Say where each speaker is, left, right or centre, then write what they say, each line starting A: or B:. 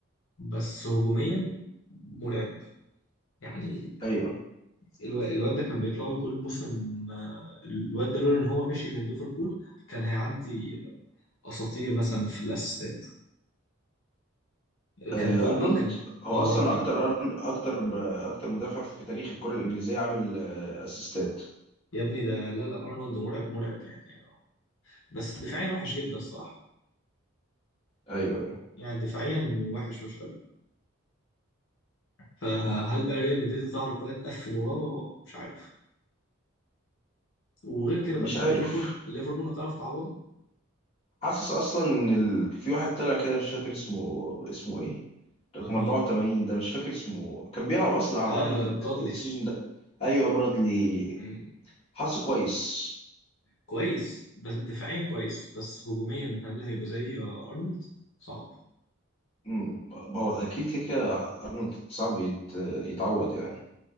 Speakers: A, on the left; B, on the left.
A: بس هجوميا مرعب يعني
B: ايوه
A: الو- الواد ده كان بيطلع له كل موسم آه، الواد ده لولا ان هو مشي من ليفربول كان هيعدي اساطير مثلا في الاسيستات
B: آه،
A: كان كل
B: ارنولد
A: كان
B: هو
A: اه
B: اصلا
A: كان
B: اكتر أرن- اكتر ب- اكتر مدافع في تاريخ الكره الانجليزيه عامل آه، اسيستات
A: يا ابني ده لا لا ارنولد مرعب مرعب يعني بس دفاعيا وحش جدا الصراحة
B: ايوه
A: يعني دفاعيا وحش مش حلو فهل بقى ريال مدريد هتعرف بقى تقفل وراه مش عارف وغير كده
B: مش
A: بقى
B: عارف
A: ليفربول ليفربول هتعرف تعوضه
B: حاسس اصلا ان ال... في واحد طلع كده مش فاكر اسمه اسمه ايه رقم
A: مين
B: 84 ده مش فاكر اسمه كان بيلعب اصلا على
A: آه
B: ارنولد
A: برادلي
B: السيزون ده ايوه برادلي
A: مم.
B: حاسه كويس
A: كويس بس دفاعيا كويس بس هجوميا هل هيبقى زي آه، أرنولد؟ صعب
B: أمم، هو اكيد كده كده ارنولد صعب يت... يتعوض يعني